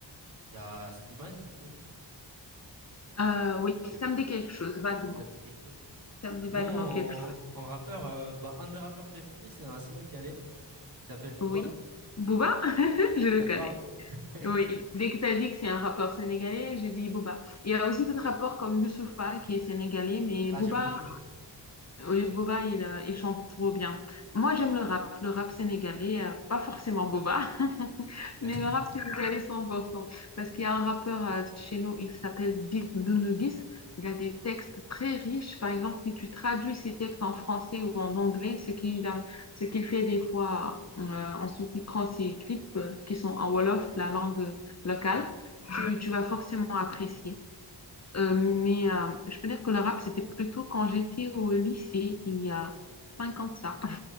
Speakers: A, on the right; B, on the left.
A: il y a Slimane qui est connu.
B: Euh, oui,
A: Je- sais pas
B: ça me
A: si
B: dit quelque chose, vaguement.
A: Ça te dit quelque chose?
B: Ça me
A: Sinon,
B: dit vaguement quelque chose.
A: en, en rappeur, euh, bah, un de mes rappeurs préférés, c'est un Sénégalais. Il s'appelle Booba.
B: Oui. Booba, <laughs> je le
A: Ça
B: connais.
A: te parle? <laughs>
B: Oui. Dès que tu as dit que c'est un rappeur sénégalais, j'ai dit Booba. Il y a aussi d'autres rappeurs comme Youssoupha qui est sénégalais, mais
A: Ah,
B: Booba,
A: j'aime beaucoup Youssoupha.
B: Oui, Boba, il, euh, il chante trop bien. Moi, j'aime le rap, le rap sénégalais, euh, pas forcément Boba, <laughs>
A: <laughs>
B: mais le rap sénégalais 100%. Parce qu'il y a un rappeur euh, chez nous, il s'appelle Dip Doundouguis. Il a des textes très riches. Par exemple, si tu traduis ses textes en français ou en anglais, ce qu'il a- ce qu'il fait des fois euh, en sous-titrant ses clips euh, qui sont en Wolof, la langue locale,
A: Ouais.
B: tu, tu vas forcément apprécier. Euh, mais euh, je peux dire que le rap, c'était plutôt quand j'étais au lycée, il y a 5 ans de ça.